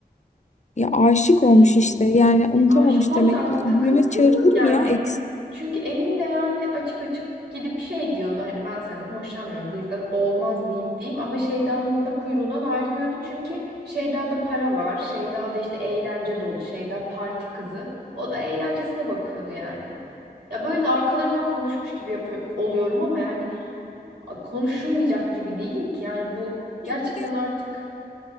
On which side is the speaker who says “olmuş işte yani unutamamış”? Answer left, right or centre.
Left